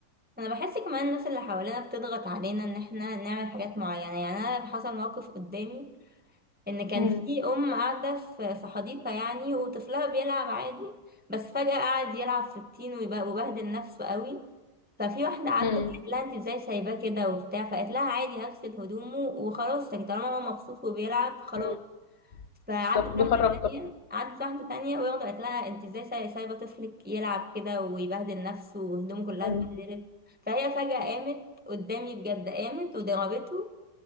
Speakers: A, in the centre; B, on the left.
A: انا بحس كمان الناس اللي حوالينا بتضغط علينا ان احنا نعمل حاجات معينه يعني انا حصل موقف قدامي ان كان
B: امم
A: في ام قاعده في في حديقه يعني وطفلها بيلعب عادي بس فجاه قعد يلعب في الطين ويبه- وبهدل نفسه قوي ففي واحده عدت
B: مم.
A: قالت لها انت ازاي سايباه كده وبتاع فقالت لها عادي هغسل هدومه وخلاص طالما هو مبسوط وبيلعب خلاص
B: مم.
A: فعدت
B: بالظبط بيخرب
A: واحدة تانية
B: طاقته.
A: عدت واحدة تانية وياخدة قالت لها انت ازاي ساي- سايبة طفلك يلعب كده ويبهدل نفسه وهدومه كلها
B: مم.
A: اتبهدلت فهي فجأة قامت قدامي بجد قامت وضربته